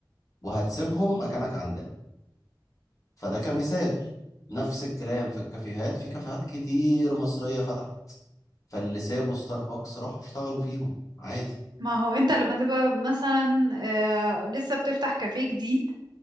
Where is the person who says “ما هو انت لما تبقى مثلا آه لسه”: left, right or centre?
Right